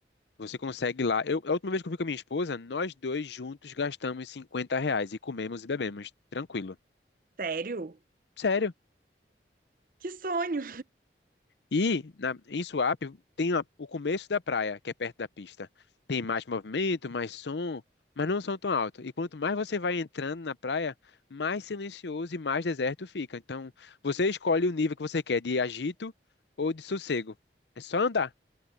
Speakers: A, on the left (about 80°); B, on the right (about 50°).
A: você consegue lá. Eu, a última vez que eu fui com a minha esposa, nós dois juntos gastamos 50 reais e comemos e bebemos, tranquilo.
B: Sério?
A: Sério.
B: Que sonho!
A: E na- em Suape tem a- o começo da praia, que é perto da pista. Tem mais movimento, mais som, mas não são tão alto. E quanto mais você vai entrando na praia, mais silencioso e mais deserto fica. Então, você escolhe o nível que você quer, de agito ou de sossego. É só andar.